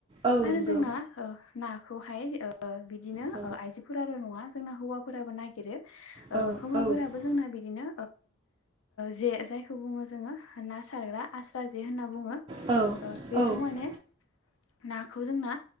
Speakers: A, on the right (about 25°); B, on the left (about 80°).
A: औ
B: आरो
A: नंगौ
B: जोंना ना खौहाय बिदिनो
A: औ
B: आइजोफोराल' नंङा जोंना हौवाफोराबो नागिरो
A: औ
B: हौवाफोराबो
A: नंगौ
B: जोंना बिदिनो जे जायखौ बुंङो जोङो ना सारग्रा आस्रा जे होनना बुंङो
A: औ नंगौ
B: बेजों माने नाखौ जोंना